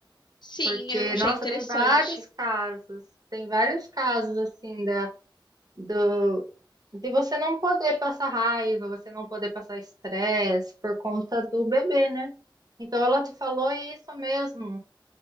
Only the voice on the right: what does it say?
Porque,
nossa,
tem vários casos, tem vários casos assim da do de você não poder passar raiva, você não poder passar estresse por conta do bebê, né? Então ela te falou isso mesmo.